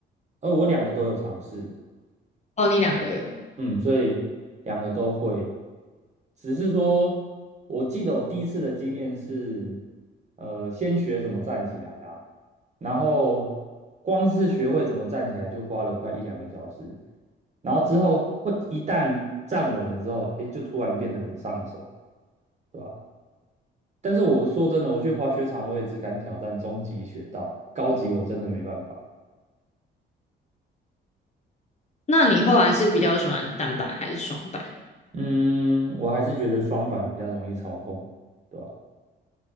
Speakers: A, on the right; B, on the left.
A: 呃，我两个都有尝试，
B: 哦，你两个都有，
A: 嗯，所以两个都会。只是说，我记得我第一次的经验是，呃，先学怎么站起来啊，然后光是学会怎么站起来就花了快一两个小时，然后之后会一旦站稳了之后，诶，就突然变得很上手，对吧？但是我说真的，我去滑雪场，我也只敢挑战中级雪道，高级我真的没办法。
B: 那你后来是比较喜欢单板还是双板？
A: 嗯，我还是觉得双板比较容易操控，对吧？